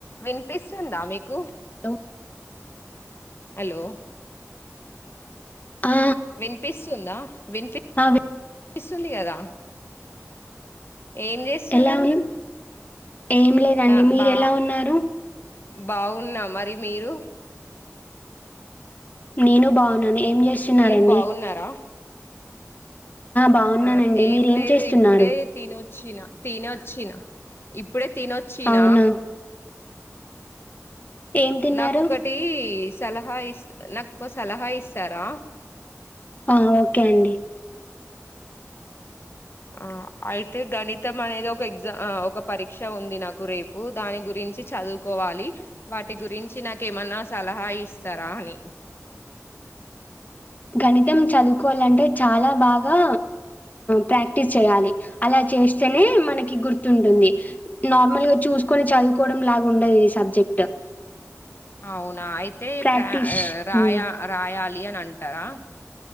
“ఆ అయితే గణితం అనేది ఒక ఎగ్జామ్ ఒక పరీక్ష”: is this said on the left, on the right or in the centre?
Left